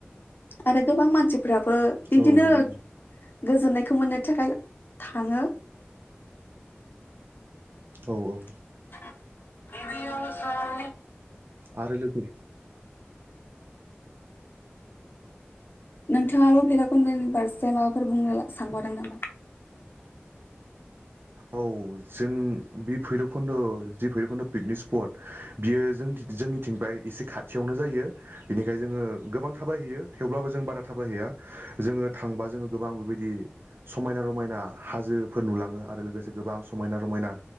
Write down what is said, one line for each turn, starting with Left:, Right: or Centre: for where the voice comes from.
Left: आरो गोबां मानसिफ्रा बिदिनो
Right: औ नंगौ
Left: गोजोन्नायखौ मोननो थाखाय <unintelligible> थाङो।
Right: औ औ
Left: <unintelligible>
Right: आरो <unintelligible>
Left: नोंथाङाबो भैेराकुन्दनि फारसे माबाफोर बुंनो सानबावदों नामा?
Right: औ जों बि भैराबखुन्द' जि भैरबखुन्द' पिकनिक स्पट बियो जों- जोंनिथिंफ्राय एसे खाथियावनो जायो बेनिखायनो जोङो गोबां थाबाय हैैयो थेवब्लाबो जों बारा थाबाय हैैया जोङो थांबा जोङो गोबां बेबायदि समायना- रमायना हाजोफोर नुलाङो आरो लोगोसे गोबां सम समायना- रमायना